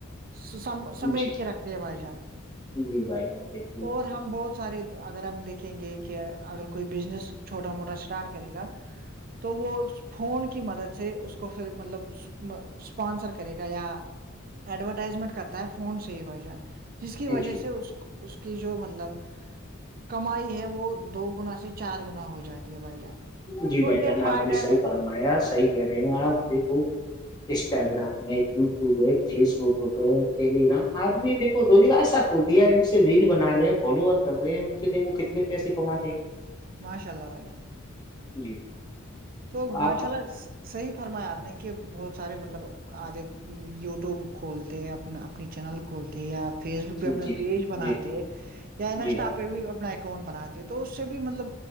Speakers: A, on the right; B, on the left.
A: س سمیٹ
B: جی
A: کے رکھتے ہیں بھائی جان
B: جی بھائی جان بالکل
A: اور ہم بہت سارے اگر ہم دیکھیں گے کہ اگر کوئی بزنس چھوٹا موٹا اسٹارٹ کرے گا تو وہ اس فون کی مدد سے اس کو پھر مطلب اسپانسر کرے گا یا ایڈورٹائزمنٹ کرتا ہے فون سے ہی بھائی جان جس کی وجہ
B: جی
A: سے اس کو اس کی جو مطلب کمائی ہے وہ دو گنا سے چار گنا ہو جاتی ہے بھائی جان
B: جی
A: تو
B: بھ جان
A: یہ فائدہ
B: آپ نے
A: ہے
B: صحیح فرمایا صحیح کہہ رہے ہیں آپ دیکھو انسٹاگرام ہے یو ٹیوب ہے فیس بکپ ٹیلی گگرام آدمی دیکو روے گا سا وہ لیا ان سے ریل بنا رہے ہیں فالوور کر رہے ہیں ان سے دیکھو کتنے پیسے کما رہے ہیں
A: ماشاء اللہ بھائی جان
B: جی
A: تو ماشاء
B: آپ
A: ال صحیح فرمایا آپ نے کہ بہت سارے مطلب آگے یوٹیوب کھولتے اپنا اپنی چینل کھولتے یا فیس بک پہ
B: جی
A: اپنا
B: جی
A: پیج بناتے
B: جی
A: یا انسٹا
B: جی
A: پہ بھی اپنا کون بناتے تو اس سے بھی مطلب